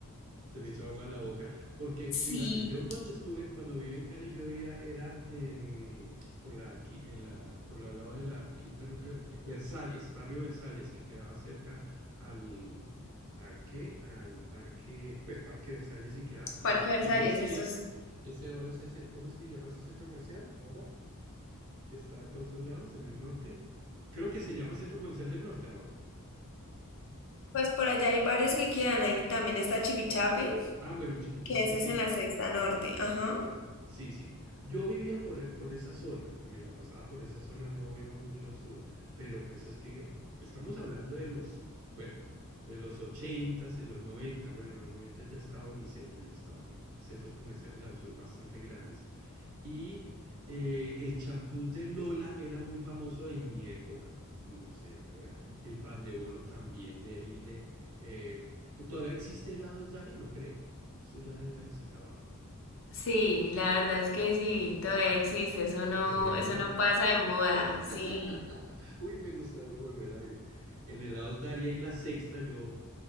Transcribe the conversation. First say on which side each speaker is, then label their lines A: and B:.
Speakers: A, on the right (about 80°); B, on the left (about 60°).
A: Se me hizo agua la boca, porque
B: Sí,
A: fíjate, yo cuando estuve, cuando vivía en Cali, yo vivía, era en, por la, qui- en la, por el lado de la Quinta Norte, eh, Versalles, barrio Versalles, que quedaba cerca al, ¿a qué? Al parque, pues Parque Versalles y queda
B: Parque
A: el antiguo
B: Versalles,
A: Sears,
B: eso es...
A: ese ahora es ese, ¿cómo es que se llama ese centro comercial ahora? Que está por esos lados, en el norte. Creo que se llama Centro Comercial del Norte ahora.
B: Pues por allá hay varios que quedan. Ahí también está Chipichape,
A: Ah, bueno, Chipichape
B: que ese
A: sí,
B: es en la Sexta Norte. Ajá.
A: Sí, sí. Yo vivía por, por esa zona y me la pasaba por esa zona, no iba mucho al sur, pero pues es que estamos hablando de los, bueno, de los ochentas, de los 90. bueno, en los 90 ya estaba Unicentro, ya estaban centros comerciales al sur bastante grandes. Y eh, el champús de Lola era muy famoso en mi época, no sé ahora, el pan de bono también de ahí de... eh, ¿todavía existe helados Dari? No creo, eso ya debe haberse acabado.
B: Sí, la verdad es que sí, todavía existe, eso no,
A: ¿De verdad?
B: eso no pasa de moda, sí.
A: <laughs> Uy, me gustaría volver a ir. En el Daria, en la sexta, yo